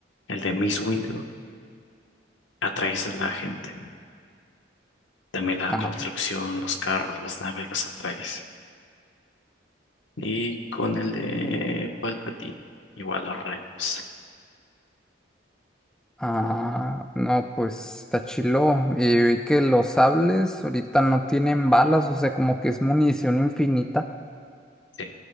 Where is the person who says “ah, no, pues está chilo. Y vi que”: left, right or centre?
Centre